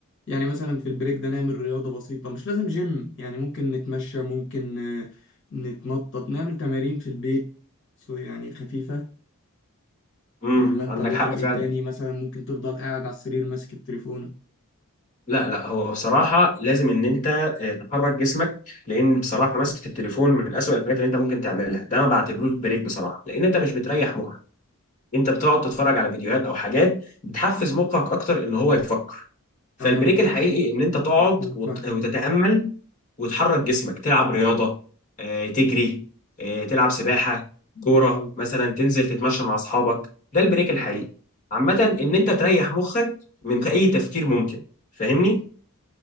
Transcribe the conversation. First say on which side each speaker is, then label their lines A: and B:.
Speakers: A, on the left (about 55°); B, on the left (about 35°).
A: يعني مثلا في البريك ده نعمل رياضة بسيطة مش لازم جيم يعني ممكن نتمشى ممكن آه، نتنطط نعمل تمارين في البيت سو يعني خفيفة
B: امم
A: ولا انت
B: عندك
A: ليك
B: حق
A: رأي
B: فعلا
A: تاني مثلا ممكن تفضل قاعد على السرير ماسك التليفون
B: لا لا هو بصراحة لازم إن أنت آه، تحرك جسمك لأن بصراحة مسكة التليفون من أسوأ الحاجات اللي أنت ممكن تعملها، ده ما بعتبروش بريك بصراحة، لأن أنت مش بتريح مخك، أنت بتقعد تتفرج على فيديوهات أو حاجات بتحفز مخك أكتر إن هو يفكر، فالبريك
A: اه
B: الحقيقي إن أنت تقعد
A: مظبوط
B: وت-
A: فاهم
B: وتتأمل وتحرك جسمك، تلعب رياضة، آه، تجري، آه، تلعب سباحة، كورة
A: مظبوط
B: مثلا، تنزل تتمشى مع أصحابك، ده البريك الحقيقي.
A: آه.
B: عامة إن أنت تريح مخك من أي تفكير ممكن، فاهمني؟